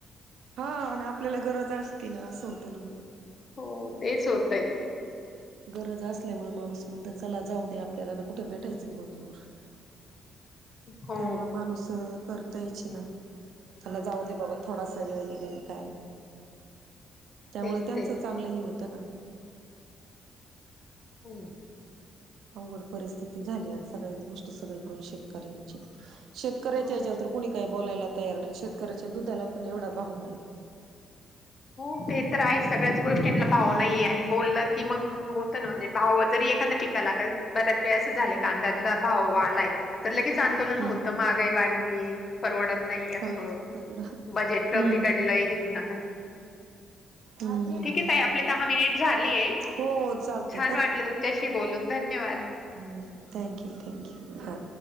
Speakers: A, on the right; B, on the left.
A: हा आणि आपल्याला गरज असती ना असं होतं ना म्हणून.
B: हो तेच होतय.
A: गरज असल्यामुळे माणूस म्हणत चला जाऊ दे, आपल्याला कुठे भेटायचं मजूर. <inaudible>
B: हो
A: त्यामुळ माणूस करतयच ना, चला जाऊ दे बाबा. थोडासा वेळ गेल काय, त्यामुळे
B: तेच
A: त्यांचं
B: तेच
A: चांगलं हे होतं ना?
B: हम्म.
A: अवघड परिस्थिती झाली सगळ्याच गोष्टी सगळी करून शेतकऱ्यांची, शेतकऱ्याच्या
B: हम्म.
A: याच्यात तर- कोणी काही बोलायला तयार नाही, शेतकऱ्याच्या दुधाला पण एवढा भाव नाही.
B: हो, ते तर आहे, सगळ्याच गोष्टींना भाव नाहीये आणि बोललं- कि मग होतं ना, म्हणजे भाव जरी एखादा पी- काला बऱ्याच वेळं झालंय, कांदा भाव आलाय, तर लगेच आंदोलन
A: हम्म
B: होत
A: हम्म.
B: मग- काही वाढली, परवडत नाही
A: हा
B: असं
A: तेवढं हम्म
B: बजेट बिघडलंय <unintelligible>
A: हम्म.
B: ठीक आहे ताई, आहे आपले दहा मिनिट झालीय,
A: हो चालते
B: छान वाटलं तुमच्याशी बोलून धन्यवाद.
A: हं, थँक्यू, थँक्यू हा.